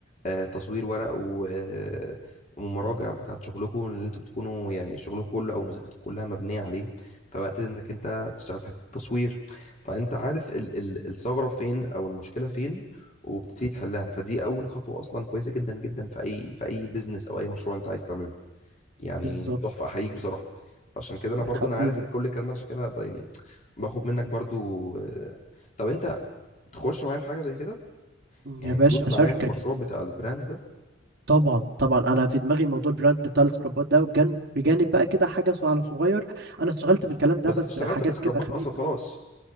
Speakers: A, on the left; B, on the right.
A: آه، تصوير ورق و- آه، ومراجع بتاعت شغلكم اللي انتوا بتكونوا يعني شغلكم كله او مذاكرتكم كلها مبنيه عليه فوقت انك انت تشتغل في حته التصوير فانت عارف ال- ال- الثغره فين او المشكله فين وبتبتدي تحلها فدي اول خطوه اصلا كويسه جدا جدا في اي في اي بيزنس او اي مشروع انت عايز تعمله يعني
B: بالظبط
A: تحفه احييك بصراحه عشان كده انا
B: يا
A: برضو
B: حبيبي
A: انا عارف ان كل الكلام ده عشان كده ب- يعني باخد منك برضو آه، طب انت تخش معايا في حاجه زي كده يعني
B: يا باشا
A: تدوس معايا
B: شركه
A: في المشروع بتاع البراند ده
B: طبعا طبعا انا في دماغي موضوع البراند بتاع السكرابات ده وبجانب بجانب بقى كده حاجه صو- على صغير انا اشتغلت في الكلام ده
A: بس
B: بس
A: انت اشتغلت
B: حاجات
A: في سكرابات
B: كده خفيفه
A: اصلا خلاص